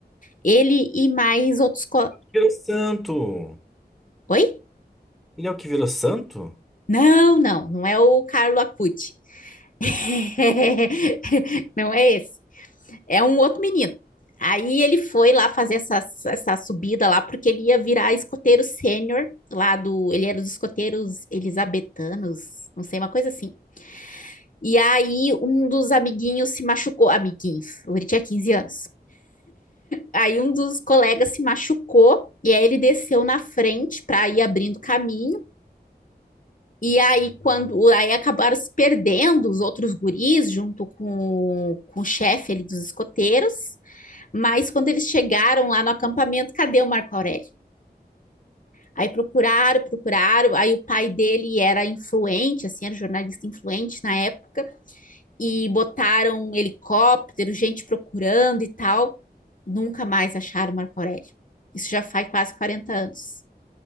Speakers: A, on the left; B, in the centre.
A: Ele e mais outros. co-
B: Virou santo!
A: Oi?
B: Ele é o que virou santo?
A: Não, não, não é o Carlo Acuti. <laughs> Não é esse. É um outro menino. Aí ele foi lá fazer essa, essa subida lá, porque ele ia virar escoteiro sênior lá do. Ele era dos escoteiros elisabetanos, não sei, uma coisa assim. E aí um dos amiguinhos se machucou, amiguinhos, ele tinha 15 anos. Aí um dos colegas se machucou e aí ele desceu na frente para ir abrindo caminho. E aí, quando aí acabaram se perdendo os outros guris junto com, com o chefe ali dos escoteiros, mas quando eles chegaram lá no acampamento, cadê o Marco Aurélio? Aí procuraram, procuraram. Aí o pai dele era influente, assim, era jornalista influente na época. e botaram um helicóptero, gente procurando e tal. Nunca mais acharam Marco Aurélio. Isso já faz quase 40 anos.